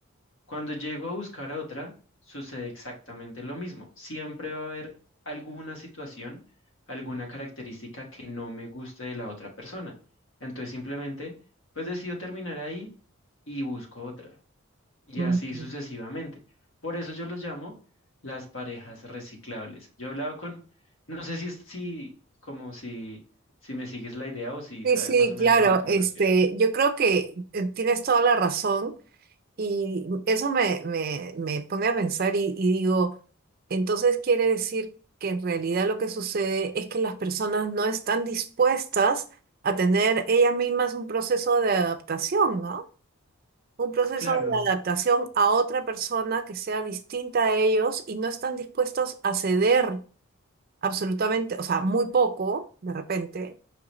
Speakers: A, on the left (about 65°); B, on the right (about 45°).
A: Cuando llego a buscar a otra, sucede exactamente lo mismo. Siempre va a haber alguna situación, alguna característica que no me guste de la otra persona. Entonces simplemente, pues decido terminar ahí y busco otra. Y
B: Ujú.
A: así sucesivamente. Por eso yo los llamo las parejas reciclables. Yo he hablado con, no sé si, es- si como si, si me sigues la idea o si
B: Sí,
A: sabes
B: sí,
A: más o menos
B: claro,
A: a lo que
B: este,
A: me refiero.
B: yo creo que eh, tienes toda la razón. Y eso me, me, me pone a pensar y, y digo, entonces quiere decir que en realidad lo que sucede es que las personas no están dispuestas a tener ellas mismas un proceso de adaptación, ¿no? Un proceso
A: Claro.
B: de adaptación a otra persona que sea distinta a ellos y no están dispuestos a ceder absolutamente, o sea, muy poco de repente